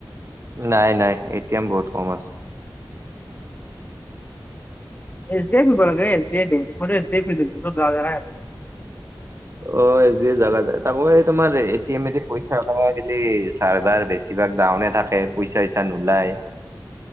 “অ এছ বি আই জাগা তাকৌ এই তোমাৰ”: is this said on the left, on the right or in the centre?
Right